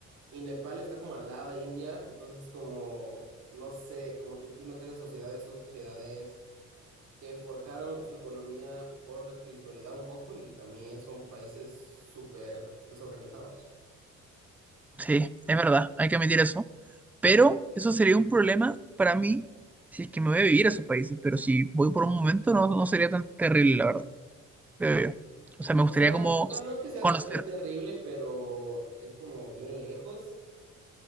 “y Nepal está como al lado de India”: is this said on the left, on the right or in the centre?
Right